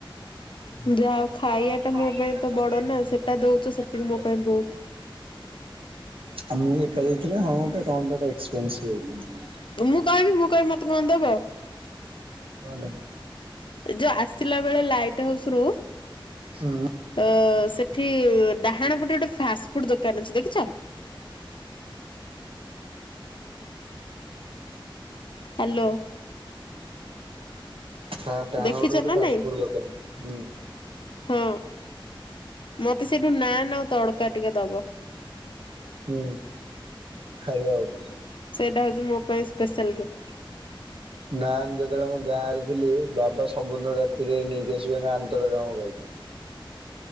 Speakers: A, on the left; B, on the right.
A: ହୁ ଯାହା ହୋଉ ଖାଇବା
B: ଯାହା
A: ଟା
B: ଖାଇବା
A: ମୋ ପାଇଁ ତ
B: ଟା ମୋ
A: ବଡ
B: ତୁ
A: ନା
B: ଦଉନୁ
A: ସେଟା ଦୋଉଚ ସେତିକି
B: ଦଉଛୁ।
A: ମୋ ପାଇଁ ବୋହୁତ।
B: ଆଉ ମୁଁ ଏକା ଯାଇଥିଲେ ହଁ ଗୋଟେ କଣ ଗୋଟେ ଏକ୍ସପେନ୍ସିଭ ହେଇଥାନ୍ତା।
A: ମୁଁ କହିବି ମୁଁ କହିବି ମତେ କଣ ଦବ।
B: କଣଟା
A: ଯୋଉ ଆସିଲା ବେଳେ ଲାଇଟି ହାଉସ ରୁ
B: ହୁଁ
A: ଅ ସେଠି ଡାହାଣପଟେ ଗୋଟେ ଫାଷ୍ଟଫୁଡ ଦୋକାନ ଅଛି ଦେଖିଚ? ହାଲୋ।
B: ତା ଡାହାଣ
A: ଦେଖିଛ
B: ପଟେ ଗୋଟେ
A: ନା
B: ଫାଷ୍ଟ
A: ନାଇଁ?
B: ଫୁଡ ଦୋକାନ ଉଁ।
A: ହଁ ମତେ ସେଇଠୁ ନାନ୍ ଆଉ ତଡକା ଟିକେ ଦବ।
B: ହୁଁ ଖାଇବ ଆଉ।
A: ସେଇଟା ହୋଉଚି ମୋ ପାଇଁ ସ୍ପେଶାଲ୍ ଗିଫ୍ଟ।
B: ଗାଁରେ ଯେତେବେଳେ ମୁଁ ଗାଁରେ ଥିଲି। ବାବା ସବୁ ଦିନ ରାତିରେ ନେଇକି ଆସିବେ ନାନ୍ ତଡକା ମୋ ପାଇଁ।